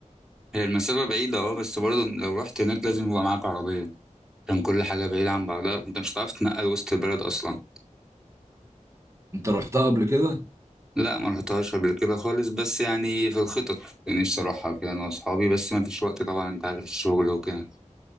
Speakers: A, in the centre; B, on the right (about 20°).
A: هي المسافة بعيدة اه بس برضو لو رحت هناك لازم يبقى معاك عربية عشان كل حاجة بعيدة عن بعضها انت مش هتعرف تتنقل وسط البلد أصلا
B: انت رحتها قبل كده
A: لا ما رحتهاش قبل كده خالص بس يعني في الخطط يعني نفسي أروحها كده أنا وأصحابي بس ما فيش وقت طبعا أنت عارف الشغل وكده